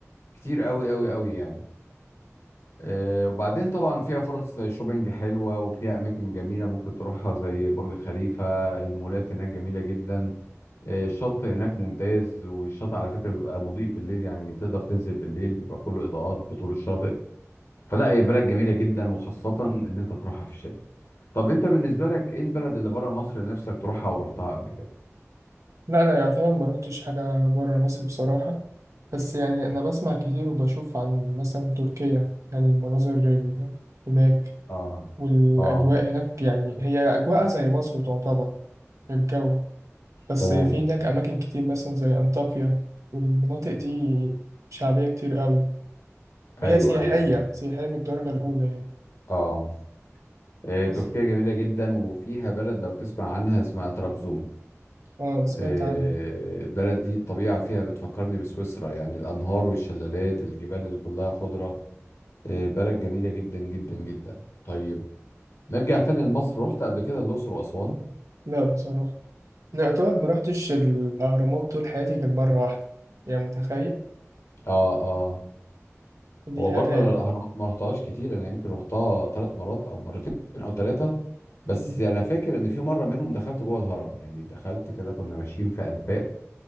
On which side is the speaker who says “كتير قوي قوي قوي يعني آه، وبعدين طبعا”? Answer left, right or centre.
Left